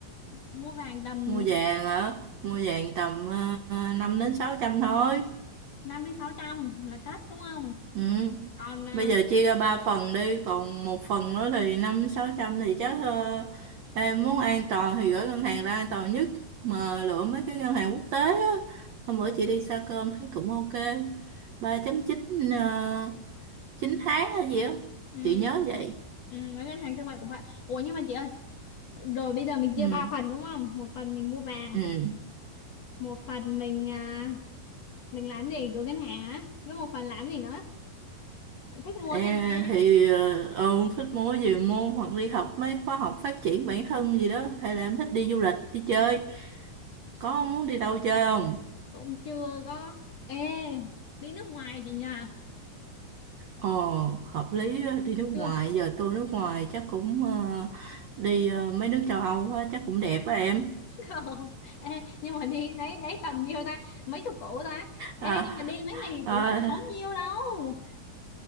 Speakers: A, on the left; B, on the right.
A: mua vàng tầm
B: mua vàng hả mua vàng tầm uh, 5 đến 600 thôi
A: năm đến sáu trăm là cất đúng không
B: ừ.
A: còn à,
B: bây giờ chia ra ba phần đi còn một phần nữa thì 5 đến sáu trăm thì chắc ờ, em muốn an toàn thì gửi ngân hàng ra an toàn nhất mà lựa mấy cái ngân hàng quốc tế á hôm bữa chị đi xa cơm thấy cũng ok 3.9 uh, 9 tháng hay gì á
A: ừ,
B: chị nhớ
A: ừ,
B: vậy
A: ừ, với ngân hàng thương mại của bạn ủa nhưng mà chị ơi rồi bây giờ mình
B: ừ
A: chia ba phần đúng không một phần mình mua vàng
B: Ừ.
A: một phần mình à, mình làm gì gửi ngân hàng á với một phần làm gì nữa thích mua
B: À,
A: cái gì ta
B: thì ờ, ông thích mua gì mua hoặc đi học mấy khóa học phát triển bản thân gì đó hay là em thích đi du lịch đi chơi có muốn đi đâu chơi không?
A: cũng chưa có ê đi nước ngoài chị nhà
B: Ồ hợp lý á, đi nước
A: chưa
B: ngoài giờ tôi nước ngoài chắc cũng ờ, đi ờ, mấy nước châu Âu á, chắc cũng đẹp á em
A: <laughs> không ê nhưng mà đi đấy đấy tầm nhiêu ta mấy chục củ ta
B: à,
A: ê nhưng mà đi mấy này
B: à,
A: cũng không tốn nhiêu đâu